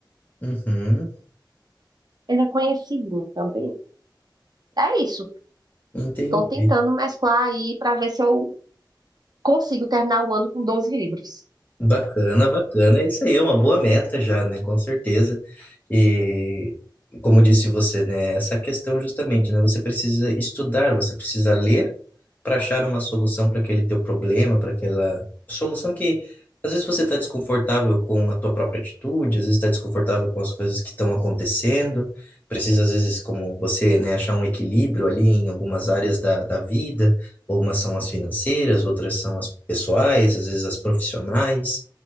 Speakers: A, on the left; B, on the right.
A: Uhum,
B: Ele é conhecido também. É isso,
A: entendi.
B: tô tentando mesclar aí pra ver se eu consigo terminar o ano com doze livros.
A: Bacana, bacana. É Isso aí é uma boa meta já, né? Com certeza. E como disse você, né? Essa questão justamente, né? Você precisa estudar, você precisa ler para achar uma solução para aquele teu problema, para aquela solução que às vezes você está desconfortável com a tua própria atitude, às vezes está desconfortável com as coisas que estão acontecendo. Precisa às vezes, como você, né? Achar um equilíbrio ali em algumas áreas da, da vida. Ou umas são as financeiras, outras são as pessoais, às vezes as profissionais.